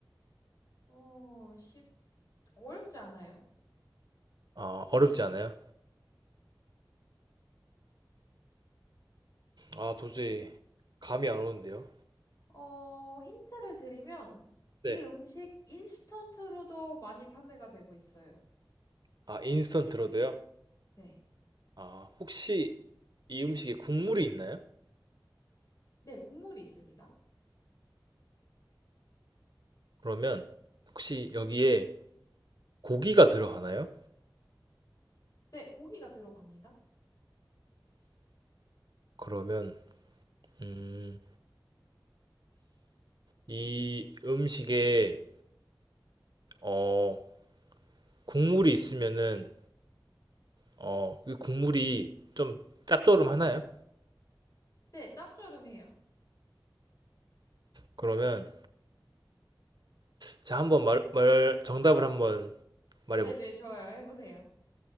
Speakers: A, on the left; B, on the right.
A: 어, 쉽, 어렵지 않아요.
B: 아, 어렵지 않아요? 아, 도저히 감이 안 오는데요.
A: 어, 힌트를 드리면
B: 네.
A: 이 음식 인스턴트로도 많이 판매가 되고 있어요.
B: 아, 인스턴트로도요?
A: 네.
B: 아, 혹시 이 음식에 국물이 있나요?
A: 네, 국물이 있습니다.
B: 그러면 혹시 여기에 고기가 들어가나요?
A: 네, 고기가 들어갑니다.
B: 그러면 음, 이 음식에 어, 국물이 있으면은 어, 이 국물이 좀 짭조름하나요?
A: 네, 짭조름해요.
B: 그러면 자 한번 말, 말 정답을 한번 말해볼게요.
A: 네네, 좋아요. 해보세요.